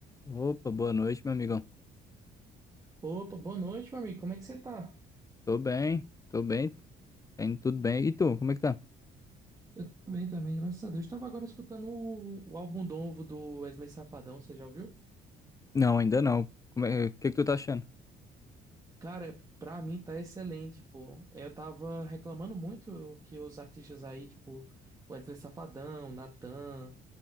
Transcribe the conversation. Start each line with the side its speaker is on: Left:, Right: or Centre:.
Left: Opa, boa noite, meu amigão.
Right: Opa, boa noite, meu amigo. Como é que você tá?
Left: Tô bem, tô bem, tá indo tudo bem. E tu, como é que tá?
Right: Eu tô bem também, graças a Deus. Estava agora escutando o, o álbum novo do Wesley Safadão, você já ouviu?
Left: Não, ainda não. Como é, o que que tu tá achando?
Right: Cara, pra mim tá excelente, pô. É, Eu tava reclamando muito que os artistas aí, tipo, Wesley Safadão, Natan,